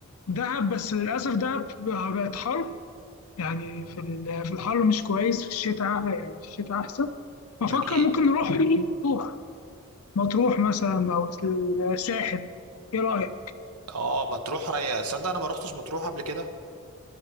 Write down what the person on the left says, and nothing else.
دهب بس للأسف دهب بقت حر يعني في ال- في الحر مش كويس في الشتاء يعني في الشتاء أحسن بفكر
ممكن نروح <laughs> مطروح مطروح مثلا أو الساحل ايه رأيك؟